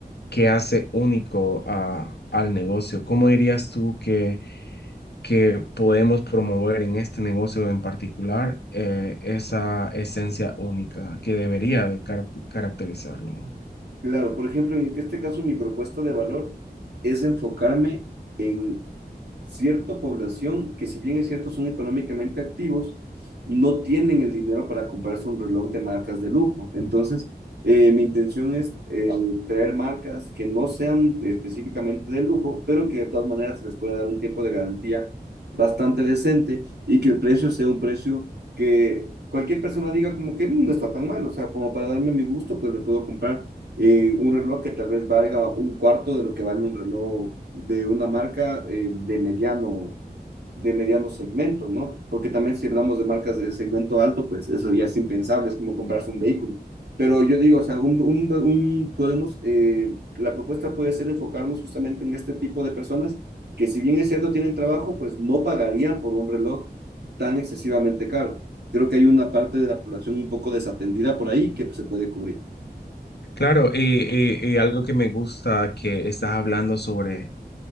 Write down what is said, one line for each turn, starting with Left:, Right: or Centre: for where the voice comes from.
Left: que hace único a- al negocio? ¿Cómo dirías tú que, que podemos promover en este negocio en particular eh, esa esencia única que debería de car- caracterizarlo?
Right: Claro, por ejemplo, en este caso mi propuesta de valor es enfocarme en cierta población que si bien es cierto son económicamente activos, no tienen el dinero para comprarse un reloj de marcas de lujo. Entonces, eh, mi intención es eh, traer marcas que no sean específicamente de lujo, pero que de todas maneras se les pueda dar un tiempo de garantía bastante decente y que el precio sea un precio que cualquier persona diga como que "Mm, no está tan mal, o sea, como para darme mi gusto, pues le puedo comprar eh, un reloj que tal vez valga un cuarto de lo que vale un reloj de una marca eh, de mediano, de mediano segmento, ¿no? Porque también si hablamos de marcas de segmento alto, pues eso ya es impensable, es como comprarse un vehículo. Pero yo digo, o sea, un, un, un- podemos, eh, la propuesta puede ser enfocarnos justamente en este tipo de personas que si bien es cierto tienen trabajo, pues no pagarían por un reloj tan excesivamente caro. Creo que hay una parte de la población un poco desatendida por ahí que pues, se puede cubrir.
Left: Claro, y, y- y algo que me gusta que estás hablando sobre